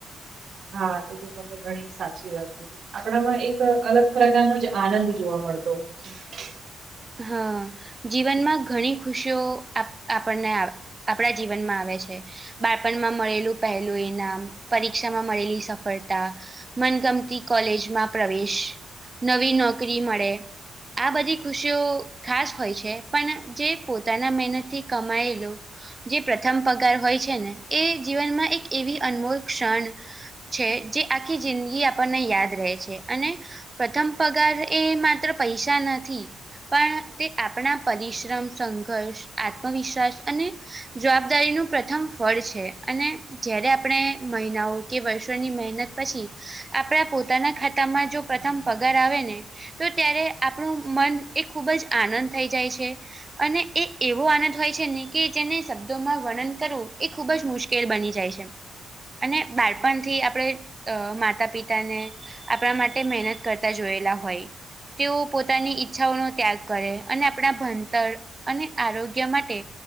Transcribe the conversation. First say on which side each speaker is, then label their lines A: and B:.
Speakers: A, on the right (about 55°); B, on the right (about 25°).
A: હા એતો તમેં ઘણી સાચી વાત કીધી. આપણામાં એક અલગ પ્રકારનો જ આનંદ જોવા મળતો હોય છે.
B: હહ જીવનમાં ઘણી ખુશીઓ આપ આપણને આવે. આપણા જીવનમાં આવે છે. બાળપણમાં મળેલું પહેલું ઇનામ, પરીક્ષામાં મળેલી સફળતા. મનગમતી કોલેજમાં પ્રવેશ, નવી નોકરી મળે. આ બધી ખુ શીઓ ખાસ હોય છે. પણ જે પોતાના મહેનતથી કમાયેલુ જે પ્રથમ પગાર હોય છે ને એ જીવનમાં એક એવી અનમોલ ક્ષણ છે. જે આખી જિંદગી આપણને યાદ રહે છે. અને પ્રથમ પગાર એ માત્ર પૈસા નથી. પણ તે આપણા પરિશ્રમ, સંઘર્ષ, આત્મવિશ્વાસ, અને જવાબદારીનું પ્રથમ ફળ છે. અને જ્યારે આપણે મહિનાઓ કે વર્ષોની મહેનત પછી આપણા પોતાના ખાતામાં. જો પ્રથમ પગાર આવે તો ત્યારે આપણું મન એ ખૂબ જ આનંદ થઈ જાય છે. અને એ એવો આનંદ હોય છે. ને કે જેને શબ્દોમાં વર્ણન કરવું. એ ખુબ જ મુશ્કેલ શ્કેલ બની જાય છે. અને બાળપણથી આપણે માતા પિતાને આપણા માટે મહેનત કરતા જોયેલા હોય તેઓ પોતાની. ઈચ્છાઓ નો ત્યાગ કરે. અને આપણા ભણતર અને આરોગ્ય માટે